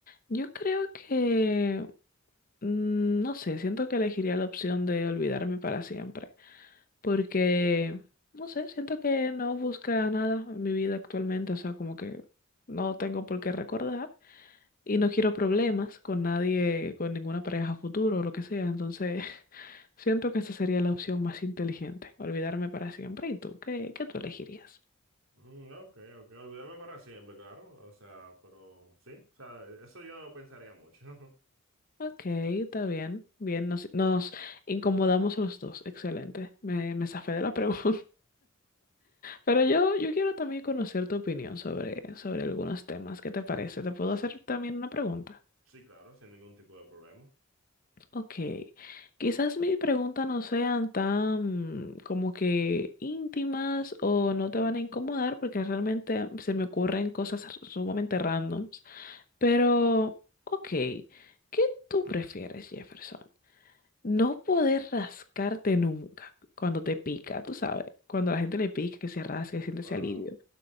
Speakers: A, on the left (about 40°); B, on the right (about 70°).
A: Yo creo que, mm, no sé, siento que elegiría la opción de olvidarme para siempre, porque, no sé, siento que no busca nada en mi vida actualmente, o sea, como que no tengo por qué recordar y no quiero problemas con nadie, con ninguna pareja a futuro o lo que sea, entonces <laughs> siento que esa sería la opción más inteligente, olvidarme para siempre. ¿Y tú? ¿Qué, qué tú elegirías?
B: Mm, ok, ok, olvídame para siempre, claro. O sea, pero sí, o sea, eso yo no lo pensaría mucho. <laughs>
A: Ok, está bien, bien, nos, nos incomodamos los dos, excelente, me, me zafé de la <laughs> pregunta. Pero yo, yo quiero también conocer tu opinión sobre, sobre algunos temas. ¿Qué te parece? ¿Te puedo hacer también una pregunta?
B: Sí, claro, sin ningún tipo de problema.
A: Ok. Quizás mis preguntas no sean tan como que íntimas o no te van a incomodar porque realmente se me ocurren cosas sumamente randoms. Pero, ok. ¿Qué tú prefieres, Jefferson? No poder rascarte nunca cuando te pica, tú sabes. Cuando a la gente le pica, que se rasca y siente
B: Wow.
A: ese alivio.